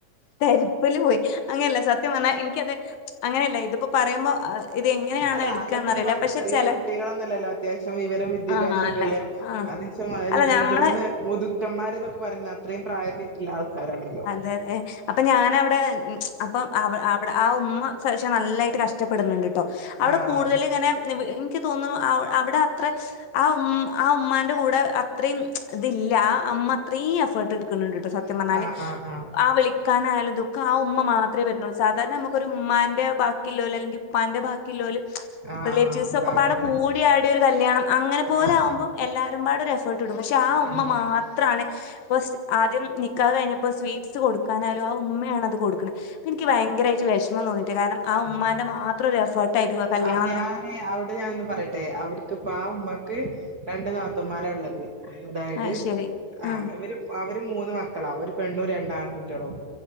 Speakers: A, on the left; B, on the right.
A: തെരപ്പില് പോയി അങ്ങനെയല്ല സത്യം പറഞ്ഞാ എനിക്കത് അങ്ങനെ അല്ല ഇതിപ്പോ പറയുമ്പോ ഇത് എങ്ങനെയാണ്
B: അല്ല
A: എടുക്കാന്നറിയില്ല
B: അതൊക്കെന്ന് പറയുമ്പോ
A: പക്ഷെ
B: ചെറിയ
A: ചെല
B: കുട്ടികളൊന്നുമല്ലല്ലോ അത്യാവശ്യം വിവരം വിദ്യാഭ്യാസം
A: ആഹ്
B: ഒക്കെ
A: അല്ല
B: ഇല്ലേ.
A: ആഹ്
B: അത് ഇശം മയില്ല
A: അല്ല ഞമ്മളെ
B: മുതിർന്ന മുതുക്കന്മാര എന്നൊക്കെ പറയുന്ന അത്രയും പ്രായത്തി റ്റുള്ള ആൾക്കാരാണല്ലോ.
A: ഏഹ് ഏഹ്. അപ്പൊ ഞാനവിടെ അപ്പൊ അവിടെ ആ ഉമ്മ ശശ നല്ലായിട്ട് കഷ്ടപ്പെടുന്നുണ്ട്. ട്ടോ അവിടെ
B: ആഹ്
A: കൂടുതലും ഇങ്ങനെ നി വീ നിക്ക് തോന്ന്ണു അവിടെ അത്രെ ആ ഉമ് ആ ഉമ്മാന്റെ കൂടെ അത്രയും ഇത് ഇൽ ല് ആ അമ്മ അത്രീം എഫേർട്ട് എടുക്കണിണ്ട് കേട്ടോ സത്യം പറഞ്ഞാല്.
B: ആഹ് ആഹ് ആഹ്
A: ആ വിളിക്കാനായാലും ദുഃഖം ആ ഉമ്മ മാത്രെ വരുന്നുള്ളൂ സാധാരണ നമുക്ക് ഒരു ഉമ്മാന്റെ ബാക്കി ഇല്ലോല് അല്ലെങ്കി പ്പാന്റെ ബാക്കി ഇല്ലോല്
B: ആഹ്
A: ഒരു റിലേറ്റീവ്സ്
B: ആഹ് ഉണ്ടാവുമല്ലോ
A: ഒക്കെ പാടെ കൂ ടി ആടി ഒരു കല്യാണം അങ്ങനെ പോലെ
B: ആഹ്
A: ആവുമ്പം
B: ആഹ്
A: എല്ലാരും പാട് ഒരു എഫർട്ട് എടുക്കും പക്ഷെ ആ ഉമ്മ
B: ആഹ്
A: മാത് ത്രാണ് ഫസ് ആദ്യം നിക്കാഹ് കഴിഞ്ഞപ്പോ സ്വീറ്റ്സ് കൊടുക്കാനാലും ആ ഉമ്മയാണ് അത് കൊടുക്കണെ അപ്പം എനിക്ക് ഭയങ്കരായിറ്റ് വിഷമം തോന്നിയിട്ടാ കാരണം ആ ഉമ്മാന്റെ
B: ആഹ്
A: മാത്രം ഒരു എഫേർട്ട് ആയിരിക്കും കല്യാണം
B: ആഹ് ഞാന്
A: ന്ന്.
B: അവിടെ ഞാനൊന്ന് പറയട്ടെ അവര്ക്ക് ഇപ്പ ആ ഉമ്മാക്ക് രണ്ട് നാത്തൂന്മാര ഇള്ളത്. അതായത്
A: അത് ശരി
B: ആ
A: ആഹ്
B: ഇവര് അവര് മൂന്ന് മക്കളാ ഒരു പെണ്ണും രണ്ട് ആൺകുട്ടികളും.